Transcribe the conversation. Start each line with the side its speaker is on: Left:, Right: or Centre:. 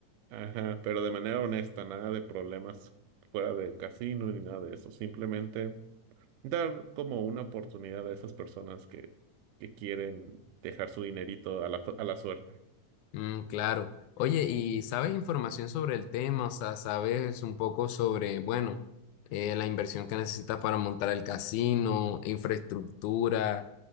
Right: Ajá, pero de manera honesta, nada de problemas fuera de casino ni nada de eso. Simplemente dar como una oportunidad a esas personas que, que quieren dejar su dinerito a la, a la suerte.
Left: Mm, claro. Oye, ¿y sabes información sobre el tema? O sea, ¿sabes un poco sobre, bueno, eh, la inversión que necesitas para montar el casino, infraestructura?